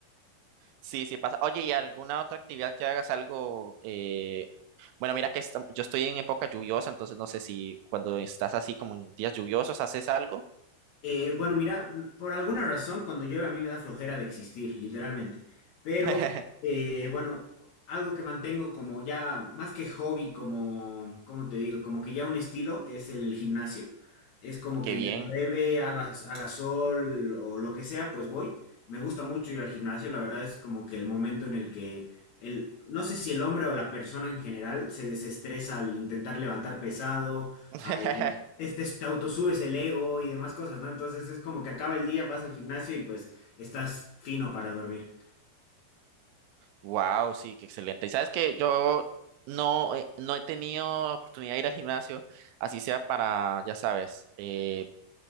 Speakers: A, on the right; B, on the left.
A: sí, sí pasa. Oye, ¿y alguna otra actividad que hagas algo? eh, Bueno, mira que estam- yo estoy en época lluviosa, entonces no sé si cuando estás así como en días lluviosos haces algo.
B: Eh, bueno, mira, por alguna razón, cuando llueve a mí me da flojera de existir, literalmente. Pero,
A: <laughs>
B: eh, bueno, algo que mantengo como ya, más que hobby, como, ¿cómo te digo? Como que ya un estilo es el gimnasio. Es como
A: Qué
B: que
A: bien.
B: ya llueve, haga, haga sol o lo que sea, pues voy. Me gusta mucho ir al gimnasio, la verdad es como que el momento en el que el, no sé si el hombre o la persona en general se desestresa al intentar levantar pesado,
A: <laughs>
B: al este, te autosubes el ego y demás cosas, ¿no? Entonces es como que acaba el día, vas al gimnasio y pues estás fino para dormir.
A: Wow, sí, qué excelente. Y sabes que yo no, eh, no he tenido oportunidad de ir al gimnasio, así sea para, ya sabes, eh,